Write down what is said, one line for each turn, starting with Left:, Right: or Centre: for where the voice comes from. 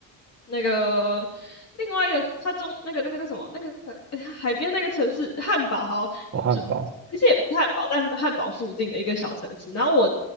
Left: 那个另外一个，他中那个那个叫什么？那个哎呀海边那个城市汉堡，好，
Right: 哦，汉堡，
Left: 就其实也不是汉堡，但汉堡附近的一个小城市。然后我